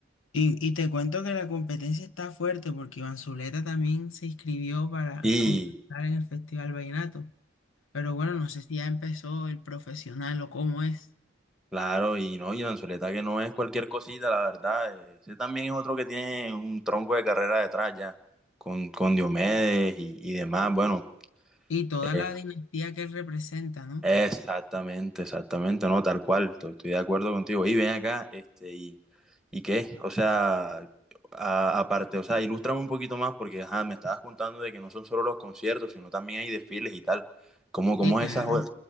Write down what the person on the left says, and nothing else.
Y, y te cuento que la competencia está fuerte porque Iván Zuleta también se inscribió para
concursar en el Festival Vallenato. Pero bueno, no sé si ya empezó el profesional o cómo es.
Y toda
la dinastía que él representa, ¿no?
Sí,
claro.